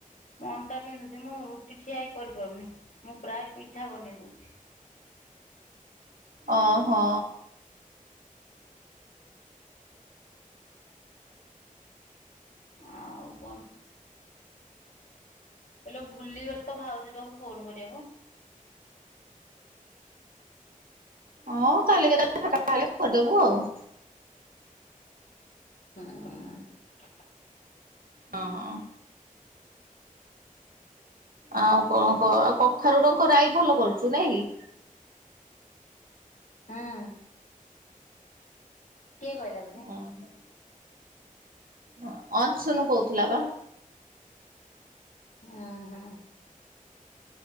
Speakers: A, on the left; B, on the right.
A: ମୁଁ ଅଣ୍ଟା ବିନ୍ଧୁଛି ମୁଁ ରୁଟି ଠିଆ ହେଇ କରିପାରୁନି ମୁଁ ପ୍ରାୟ ପିଠା ବନେଇ ଦଉଛି।
B: ଅ ହ।
A: ଆଉ କଣ? ହେଲୋ ଭୁଲିଗଲି ତ ଭାଉଜ ପାଖକୁ ଫୋନ କରିବାକୁ।
B: ହଁ କାଲି କେତେ ବେଳେ ଫାଙ୍କା ହେଲେ କରଦବୁ ଆଉ।
A: ହୁଁ।
B: ହଁ। ଆଉ କଣ କ ଆଉ କଖାରୁଡଙ୍କ ରାଈ ଭଲ କରୁଛୁ ନାଇଁ କି।
A: ହୁଁ। କିଏ କହିଲା ତତେ?
B: ଅ ହଁ। ହ ଅଂସୁନ କହୁଥିଲା ବା।
A: ଉଁ ହୁଁ।